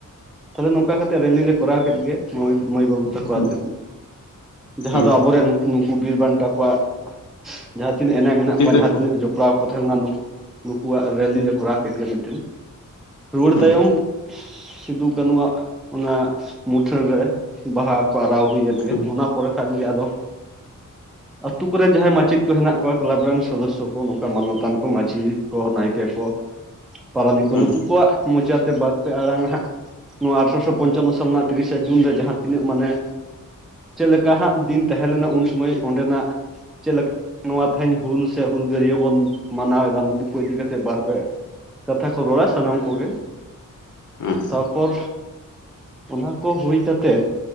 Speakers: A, in the centre; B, on the left (about 65°).
A: ᱛᱟᱦᱚᱞᱮ ᱱᱚᱝᱠᱟ ᱠᱟᱛᱮ ᱨᱮᱞᱤ ᱞᱮ ᱠᱚᱨᱟᱣ ᱼᱼ ᱠᱮᱫ ᱜᱮ ᱢᱟᱹᱭ ᱢᱟᱹᱭ ᱵᱟᱹᱵᱩ ᱼᱼ ᱛᱚᱠᱚ
B: ᱦᱮᱸ
A: ᱟᱛᱮᱫ ᱡᱟᱦᱟᱸ
B: ᱦᱩᱸ
A: ᱫᱚ ᱟᱵᱚᱨᱮᱱ ᱩᱱᱠᱩ ᱱᱩᱠᱩ ᱵᱤᱨ ᱵᱟᱱᱴᱟ ᱠᱚᱣᱟᱜ ᱼᱼ ᱡᱟᱦᱟᱸ ᱛᱤᱱᱟᱹᱜ ᱮᱱᱮᱢ ᱢᱮᱱᱟᱜ
B: ᱪᱤᱛᱟᱹᱨ
A: ᱠᱚᱣᱟ ᱡᱟᱦᱟᱸ
B: ᱠᱚ
A: ᱛᱤᱱᱟᱹᱜ ᱡᱚᱯᱲᱟᱣ ᱠᱚ ᱛᱟᱦᱮᱸ ᱱᱩᱝᱠᱩ ᱱᱩᱠᱩᱣᱟᱜ ᱨᱮᱞᱤ ᱞᱮ ᱠᱚᱨᱟᱣ ᱠᱮᱫ ᱜᱮᱭᱟ ᱢᱤᱫᱴᱮᱱ᱾ ᱨᱩᱣᱟᱹᱲ
B: ᱦᱩᱸ
A: ᱛᱟᱭᱚᱢ ᱼᱼ ᱥᱤᱫᱷᱩ ᱠᱟᱱᱩᱣᱟᱜ ᱚᱱᱟ ᱢᱩᱴᱷᱟᱹᱱ ᱨᱮ ᱵᱟᱦᱟ ᱼᱼ ᱠᱚ ᱟᱨᱟᱣ ᱦᱩᱭᱮᱱ ᱜᱮ᱾
B: ᱦᱩᱸ
A: ᱚᱱᱟ ᱯᱚᱨᱮ ᱠᱷᱟᱱ ᱜᱮ ᱟᱫᱚ ᱟᱹᱛᱩ ᱠᱚᱨᱮᱱ ᱡᱟᱦᱟᱸᱭ ᱢᱟ <unintelligible> ᱼᱼ ᱠᱚ ᱦᱮᱱᱟᱜ ᱠᱚᱣᱟ ᱠᱞᱟᱵᱽ ᱨᱮᱱ ᱥᱚᱫᱚᱥᱥᱚ ᱠᱚ ᱱᱚᱝᱠᱟ ᱢᱟᱱᱱᱚᱛᱟᱱ ᱠᱚ ᱢᱟᱹᱡᱷᱤ ᱠᱚ ᱱᱟᱭᱠᱮ ᱠᱚ। ᱯᱟᱨᱟᱱᱤ ᱠᱚ
B: ᱦᱩᱸ
A: ᱱᱩᱠᱩ ᱠᱚᱣᱟᱜ ᱢᱚᱪᱟᱛᱮ ᱵᱟᱨᱯᱮ ᱟᱲᱟᱝ ᱦᱟᱸᱜ ᱼᱼ ᱱᱚᱣᱟ ᱟᱴᱷᱨᱚᱥᱚ ᱯᱚᱧᱪᱟᱱᱱᱚ ᱥᱟᱞ ᱨᱮᱱᱟᱜ ᱛᱤᱨᱤᱥᱟ ᱡᱩᱱ ᱨᱮ᱾ ᱡᱟᱦᱟᱸ ᱛᱤᱱᱟᱹᱜ ᱢᱟᱱᱮ ᱼᱼ ᱪᱮᱫᱞᱮᱠᱟ ᱦᱟᱸᱜ ᱫᱤᱱ ᱛᱟᱦᱮᱸᱞᱱᱟ ᱩᱱ ᱥᱚᱢᱚᱭ ᱚᱸᱰᱮᱱᱟᱜ? ᱪᱮᱫᱮᱠᱟ ᱼᱼ ᱱᱚᱣᱟ ᱛᱮᱦᱮᱧ ᱦᱩᱞ ᱥᱮ ᱦᱩᱞᱜᱟᱹᱨᱭᱟᱹ ᱵᱚᱱ ᱢᱟᱱᱟᱣ ᱮᱫᱟ ᱱᱩᱠᱩ ᱠᱚ ᱤᱫᱤ ᱠᱟᱛᱮᱫ ᱵᱟᱨᱯᱮ ᱼᱼ ᱠᱟᱛᱷᱟ ᱠᱚ ᱨᱚᱲᱟ ᱥᱟᱱᱟᱢ ᱠᱚᱜᱮ।
B: ᱦᱩᱸ
A: ᱛᱟᱨᱯᱚᱨ ᱚᱱᱟ ᱠᱚ ᱦᱩᱭ ᱠᱟᱛᱮᱫ